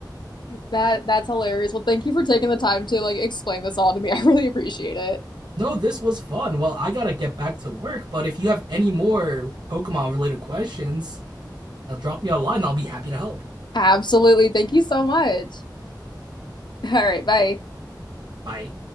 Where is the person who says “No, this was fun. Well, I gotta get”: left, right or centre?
Right